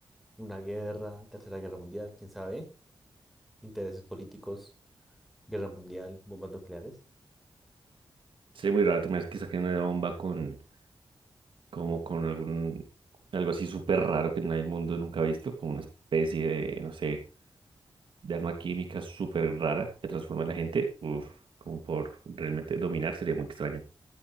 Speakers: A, in the centre; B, on the right.
A: una guerra, tercera guerra mundial, quién sabe, intereses políticos, guerra mundial, bombas nucleares,
B: sería muy raro tener que saquen una bomba con, como con algún, algo así súper raro que nadie el mundo nunca ha visto, como una especie de, no sé, de arma química súper rara que transforma a la gente, uf, como por realmente dominar, sería muy extraño.